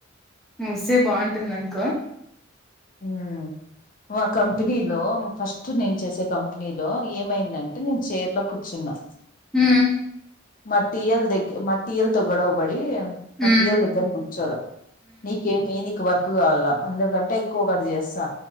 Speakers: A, in the centre; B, on the left.
A: వస్తే బాగుంటుంది అనుకో
B: మ్ మా కంపెనీలో ఫస్ట్ నేను చేసే కంపెనీలో ఏమైందంటే నేను చైర్ లో కూర్చున్నా
A: హ్మ్
B: మత్ ఏల్ దగ్ మత్ ఏల్ తో గోడవ బడి మటియుల్
A: మ్మ్
B: దగ్గర గుచ్చద నీకేమి నీక్ వర్త్ ఎక్కువ కావాల అందరికంటే ఎక్కువ ఒకటి చేస్తా